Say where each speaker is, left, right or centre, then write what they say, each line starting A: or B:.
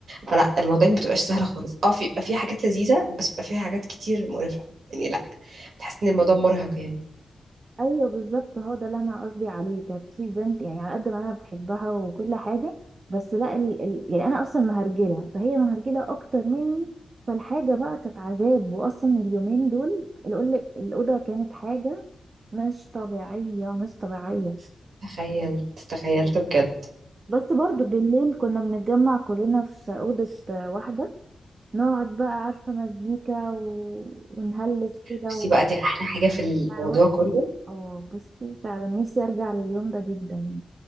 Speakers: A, on the right; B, on the right.
A: فلا الموضوع ما بتبقاش سهلة خالص اه في بيبقى فيها حاجات لذيذة بس بيبقى فيها حاجات كتير مقرفة يعني لا بتحس إن الموضوع مرهق يعني
B: ايوه بالظبط هو ده اللي انا قصدي عليه كانت في بنت يعني على قد ما انا بحبها وكل حاجه بس لا ال... ال... يعني انا اصلا مهرجله فهي مهرجله اكتر مني فالحاجه بقى كانت عذاب واصلا اليومين دول الأول... الاوضه كانت حاجه مش طبيعيه مش طبيعيه
A: تخيلت تخيلت بجد
B: بس برضو بالليل كنا بنتجمع كلنا في اوضه واحده نقعد بقى عارفه مزيكا و... ونهلس كده
A: بصي
B: و...
A: بقى دي أحلى حاجة في الموضوع
B: واحده
A: كله
B: اه بصي فعلا نفسي ارجع لليوم ده جدا